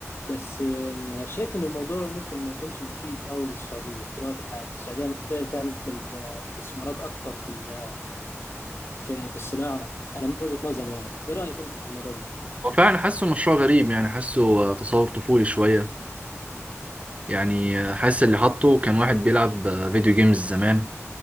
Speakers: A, on the left; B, on the right.
A: بس آه، شايف إن الموضوع ممكن ما يكونش مفيد أوي للسعودية في الوقت الحالي السعودية محتاجة تعمل آه، استثمارات أكتر في ال- في في الصناعة أنا من وجهة نظري يعني إيه رأيك أنت في الموضوع ده؟
B: هو فعلا حاسه مشروع غريب يعني حاسه آه، تصور طفولي شويه يعني آه، حاسس اللي حاطه كان واحد بيلعب آه، فيديو جيمز زمان